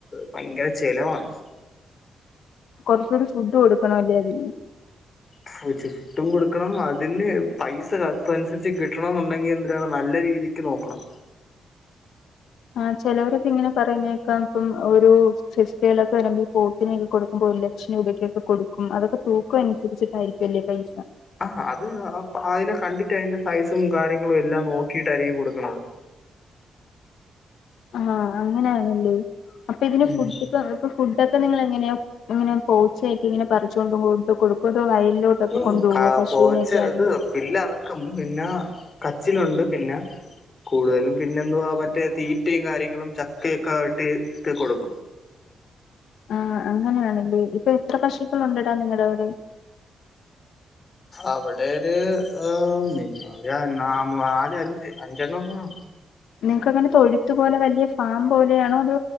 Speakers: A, on the left; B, on the left.
A: ഭയങ്കര ചെലവാണ്
B: കൊറച്ചൂടി ഫുഡ് കൊടുക്കണല്ലേ അതിന്
A: ഫുടഡും കൊടുക്കണം അതിന് പൈസ അതനുസരിച്ച് കിട്ടണന്നുണ്ടെങ്കിൽ എന്തിനാണ് നല്ലെ രീതിക്ക് നോക്കണം.
B: ആ ചെലവരൊക്കെ ഇങ്ങനെ പറയ്ന്ന കേക്കാം ഇപ്പം ഒരു ഫെസ്റ്റവലൊക്കെ വരുമ്പം ഈ പോത്തിനെയൊക്കെ കൊടുക്കുമ്പോ ഒരു ലക്ഷം രൂപക്കൊക്കെ കൊടുക്കും അതൊക്കെ തൂക്കം അനുസരിച്ചിട്ടായിരിക്കുല്ലേ പൈസ
A: ആ അത് അ അയിനെ കണ്ടിട്ട് അയിന്റെ സൈസും കാര്യങ്ങളും എല്ലാം നോക്കിട്ടായിരിക്കും കൊടുക്ക്ണത്
B: ആ അങ്ങനയാണല്ലേ അപ്പതിന് ഫുഡ്
A: ഉം
B: ഇപ്പ ഫുഡ ക്കെ നിങ്ങളെങ്ങനെയ ഇങ്ങനെ പോച്ചയാക്കി ഇങ്ങനെ പറിച്ചോണ്ട് കൊണ്ടു കൊടുക്കോ അതോ വയലിലോട്ടൊക്കെ
A: ഉം
B: കൊണ്ടുപോകോ
A: കാ
B: പശുവിനൊക്കെ
A: പോച്ച്
B: ആണെങ്കിൽ
A: ത് പില്ലറക്കും പിന്നേ കച്ചിലുണ്ട് പിന്ന കൂടുതലും പിന്നെ എന്തുവാ മറ്റേ തീറ്റയും കാര്യങ്ങളും ചക്കയൊക്കെ ആട്ടി യിട്ട് കൊടുക്കും.
B: ആ അങ്ങനെയാണല്ലേ ഇപ്പൊ എത്ര പശുക്കൾ ഉണ്ടടാ നിങ്ങടവിടെ
A: അവിടെര് ആ നാല് അഞ്ച് അഞ്ചെണ്ണൊക്കെ കാണും അം
B: നിങ് ക്കിങ്ങനെ തൊഴുത്ത് പോലെ വലിയ ഫാം പോലെയാണോ അതോ